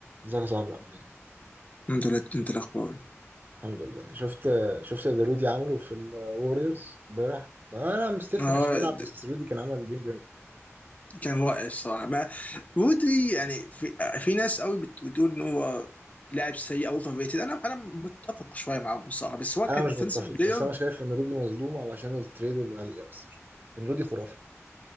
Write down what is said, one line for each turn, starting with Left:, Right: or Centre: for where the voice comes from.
Right: ازيك يا صاحبي عامل ايه؟
Left: انت لا انت الاخبار
Right: الحمد لله شفت شفت دلودي عمله في الوريورز امبارح انا مستيف
Left: اه
Right: ما كانش بيلعب بس رودي كان عمل جيم جامد
Left: كان رائع الصراحه ما رودري يعني في, في ناس قوي بت- بتقول ان هو لاعب سيء او اوفر ريتد انا انا متفق شويه معاهم الصراحه بس هو
Right: انا
Left: كان
Right: مش
Left: ديفنسيف
Right: بتفق
Left: بلاير
Right: بس انا شايف ان رودي مظلوم علشان التريد الغالية بس لكن رودي خرافي